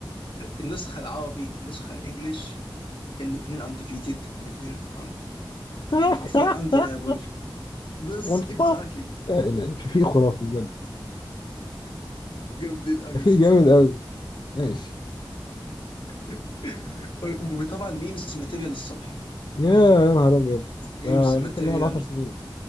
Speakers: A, on the left; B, on the left.
A: النسخة العربي النسخة الانجليش الاثنين undefeated الاثنين un-
B: <laughs>
A: حرفيا undeniable بس
B: سبونج
A: exactly
B: بوب يا إلهي شفيق خرافي بجد
A: جامدين قوي
B: شفيق
A: الصراحة
B: جامد قوي ماشي
A: <laughs> وطبعا ميمز ماتيريال الصبح
B: يا يا نهار أبيض
A: ميمز
B: ده ممكن
A: ماتيريال
B: نقعد 10 سنين